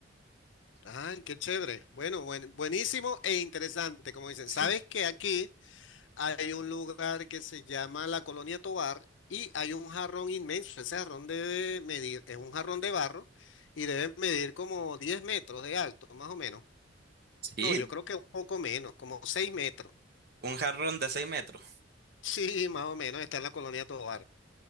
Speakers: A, on the left; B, on the right.
A: Ay, qué chévere. Bueno, buen- buenísimo e interesante, como dicen.
B: Sí.
A: Sabes que aquí hay un lugar que se llama la Colonia Tovar y hay un jarrón inmenso. Ese jarrón debe medir, es un jarrón de barro y debe medir como 10 metros de alto, más o menos.
B: Sí,
A: No, yo creo que un poco menos, como 6 metros.
B: un jarrón de 6 metros.
A: <laughs> Sí, más o menos está en la Colonia Tovar.